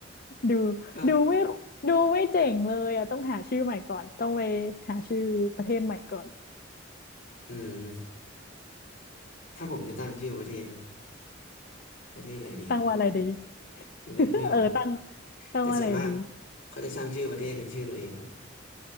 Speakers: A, on the left; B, on the left.
A: ดู
B: ก็
A: ดูไม่ดูไม่เจ๋งเลยอ่ะต้องหาชื่อใหม่ก่อนต้องไปหาชื่อประเทศใหม่ก่อน
B: อืมถ้าผมจะตั้งชื่อประเทศนะประเทศอะไรดีอะ
A: ตั้งว่าอะไรดี
B: นึกไม่ออก
A: <laughs> เออตั้งตั้งว่าอะไรดี
B: แต่ส่วนมากเขาจะตั้งชื่อประเทศเป็นชื่อตัวเอง